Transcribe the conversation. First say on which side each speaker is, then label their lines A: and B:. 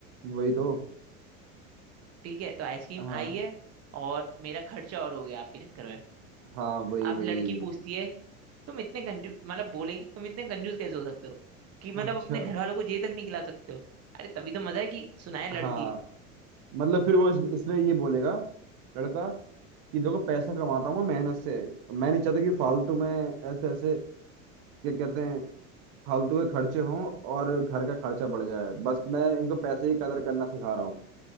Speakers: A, on the right (about 60°); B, on the right (about 40°).
A: वही तो
B: ठीक है तो आइसक्रीम
A: हाँ
B: आई है और मेरा खर्चा और हो गया आपके चक्कर में
A: हाँ वही
B: अब
A: वही
B: लड़की पूछती है तुम इतने कंजूस मतलब बोलेगी तुम इतने कंजूस कैसे हो सकते हो कि मतलब
A: अच्छा
B: अपने घर वालों को ये तक नहीं खिला सकते हो अरे तभी तो मजा है कि सुनाए लड़की
A: हाँ मतलब फिर वो इस, इसमें ये बोलेगा लड़का कि देखो पैसा कमाता हूँ मैं मेहनत से मैं नहीं चाहता कि फालतू में ऐसे ऐसे क्या कहते हैं फालतू के खर्चे हों और घर का खर्चा बढ़ जाए बस मैं इनको पैसे की कदर करना सिखा रहा हूँ